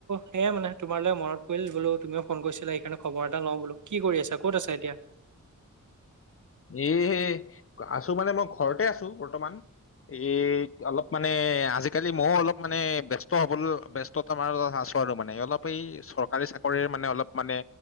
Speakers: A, on the right; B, on the left.
A: সেয়াই মানে তোমালৈ মনত কল বোলো তুমিও ফোন কৰিছিলা সেইকাৰণে খবৰ এটা লওঁ বলো কি কৰি আছে ক'ত আছে এতিয়া?
B: এ আছোঁ মানে মই ঘৰতে আছো বৰ্তমান। এই অলপ মানে আজিকালি ময়ো অলপ মানে ব ব্যস্ত হ'বলৈ ব্যস্ত মাৰথা আছোঁ আৰু মানে অলপ এই চৰকাৰী চাকৰিৰ মানে অলপ মানে